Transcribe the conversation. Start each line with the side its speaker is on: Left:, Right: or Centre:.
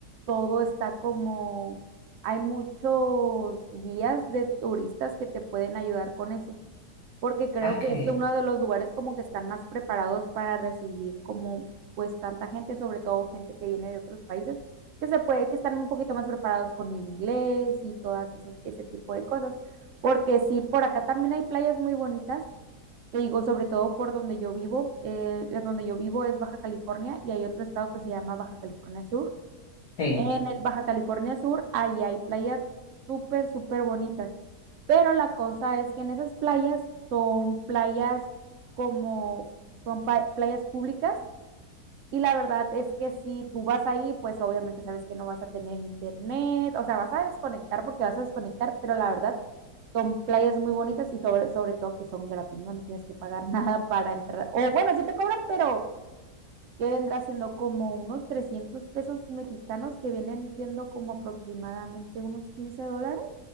Right: todo está como, hay muchos guías de turistas que te pueden ayudar con eso, porque creo
Left: Ah, qué
Right: que es
Left: bien.
Right: uno de los lugares como que están más preparados para recibir como pues tanta gente, sobre todo gente que viene de otros países, que se puede, que están un poquito más preparados con el inglés y todas esas, ese tipo de cosas, porque sí, por acá también hay playas muy bonitas te digo, sobre todo por donde yo vivo, eh, en donde yo vivo es Baja California y hay otro estado que se llama Baja California Sur.
Left: Sí.
Right: En el Baja California Sur, ahí hay playas súper, súper bonitas. Pero la cosa es que en esas playas son playas como, son pa- playas públicas y la verdad es que si tú vas ahí, pues obviamente sabes que no vas a tener internet, o sea, vas a desconectar porque vas a desconectar, pero la verdad son playas muy bonitas y sobre, sobre todo que son gratis, ¿no? No tienes que pagar <laughs> nada para entrar. O bueno, sí te cobran, pero que vendrá siendo como unos 300 pesos mexicanos que vienen siendo como aproximadamente unos 15 dólares.